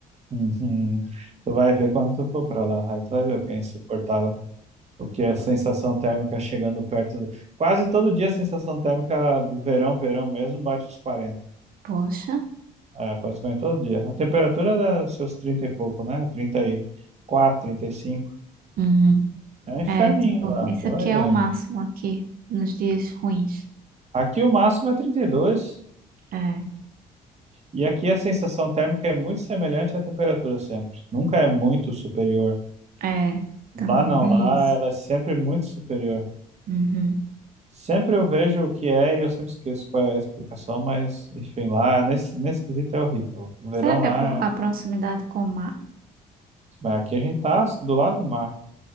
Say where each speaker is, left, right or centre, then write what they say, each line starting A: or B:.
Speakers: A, on the right; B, on the right.
A: Uhum. Tu vai ver quando tu for pra lá. Aí tu vai ver o que é insuportável. O que é a sensação térmica chegando perto. do- Quase todo dia a sensação térmica do verão, verão mesmo, bate os quarenta
B: Poxa.
A: É, praticamente todo dia. A temperatura era seus 30 e pouco, né? 34, 35.
B: Uhum.
A: É um inferninho
B: É, tipo,
A: lá.
B: isso
A: Tu
B: aqui
A: vai
B: é
A: ver.
B: o máximo aqui nos dias ruins.
A: Aqui o máximo é 32, e dois.
B: É,
A: E aqui a sensação térmica é muito semelhante à temperatura sempre. Nunca é muito superior.
B: é,
A: Lá
B: também
A: não,
B: tem
A: lá
B: isso.
A: ela é sempre muito superior.
B: Uhum.
A: Sempre eu vejo o que é e eu sempre esqueço qual é a explicação, mas enfim, lá nesse, nesse quesito é horrível. O verão
B: Será que
A: lá,
B: é por
A: é-
B: a proximidade com o mar?
A: mas aqui a gente tá do lado do mar.